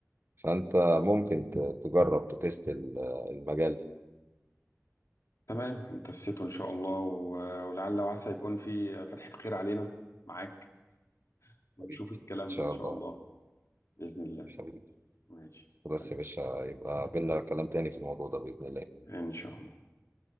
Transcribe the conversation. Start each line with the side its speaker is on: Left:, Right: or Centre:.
Right: فأنت ممكن ت- تجرب تتست ال- المجال ده
Left: تمام انت السيتو إن شاء الله و... ولعل وعسى يكون في فتحة خير علينا معاك ونشوف
Right: حبيبي
Left: الكلام
Right: إن شاء
Left: ده إن شاء
Right: الله
Left: الله بإذن الله
Right: حبيبي
Left: ماشي سلام
Right: بس يا باشا يبقى بينا كلام تاني في الموضوع ده بإذن الله
Left: إن شاء الله